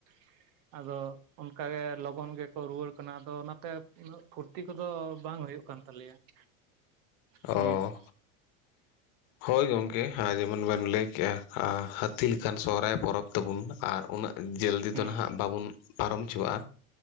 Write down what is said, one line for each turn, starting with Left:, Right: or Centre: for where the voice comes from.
Right: ᱾ ᱟᱫᱚ ᱚᱱᱠᱟᱜᱮ ᱞᱚᱜᱚᱱ ᱜᱮᱠᱚ ᱨᱩᱣᱟᱹᱲ ᱠᱟᱱᱟ, ᱟᱫᱚ ᱚᱱᱟᱛᱮ ᱩᱱᱟᱹᱜ ᱯᱷᱩᱨᱛᱤ ᱠᱚᱫᱚ ᱵᱟᱝ ᱦᱩᱭᱩᱜ ᱠᱟᱱ ᱛᱟᱞᱮᱭᱟ ᱾ <unintelligible>
Left: ᱚ ᱦᱳᱭ ᱜᱚᱝᱠᱮ ᱾ <unintelligible> ᱡᱮᱢᱚᱱ ᱵᱮᱱ ᱞᱟᱹᱭ ᱠᱮᱜᱼᱟ᱾ ᱦᱟ ᱦᱟᱹᱛᱤ ᱞᱮᱠᱟᱱ ᱥᱚᱦᱨᱟᱭ ᱯᱚᱨᱚᱵᱽ ᱛᱟᱵᱚᱱ, ᱟᱨ ᱩᱱᱟᱹᱜ ᱡᱟᱹᱞᱫᱤ
Right: ᱦᱮᱸ
Left: ᱫᱚ ᱱᱟᱦᱟᱜ ᱵᱟᱵᱚᱱ ᱯᱟᱨᱚᱢ ᱪᱩᱣᱟ-ᱟ᱾